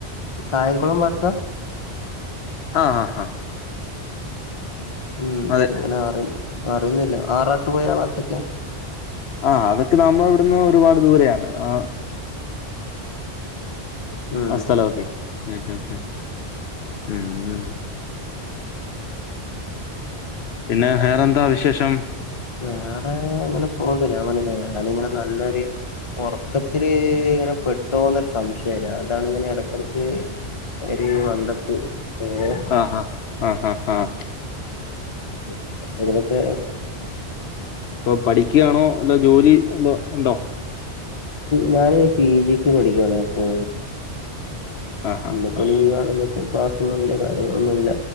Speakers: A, on the left; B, on the left.
A: കായംകുളം ഭാഗത്താ
B: ആ ആഹ
A: ഉം
B: അതെ
A: അങ്ങനെ അറി അറിയൊന്നുല്ല ആറാട്ട് പുഴ ഭാഗത്തൊക്കെ
B: ആഹ് അതൊക്കെ നമ്മളെ ഇവിടുന്ന് ഒരുപാട് ദൂരെയാണ് ആ
A: ഉം
B: ആ സ്ഥലോക്കെ മ് ഹ് ഹ് ഉം പിന്നെ വേറെന്താ വിശേഷം
A: വേറെ ഇങ്ങനെ പോണ് ഞാൻ പറഞ്ഞില്ലേ ഞാനിങ്ങനെ നല്ലൊര് ഉറക്കത്തില് ഇങ്ങനെ പെട്ടോന്നൊരു സംശയം അതാണ് ഇങ്ങനെ ഇടക്കിടക്ക് ഒര് മന്തപ്പ് ഏഹ്
B: ആഹ് ആഹ് ആഹ് ഹഹ് ആഹ്
A: <unintelligible>
B: ഇപ്പൊ പഠിക്കുകയാണോ അല്ല ജോലി എന്തോ ഉണ്ടോ
A: ഞാന് പി ജിക്ക് പഠിക്കുവാണ് അപ്പൊ
B: ആ
A: ഇന്നിപ്പോ
B: ആ ആ
A: ലീവ് ആണ് ഇപ്പോ ക്ലാസ്ഒന്നുംല്ല കാര്യങ്ങളൊന്നുംല്ല.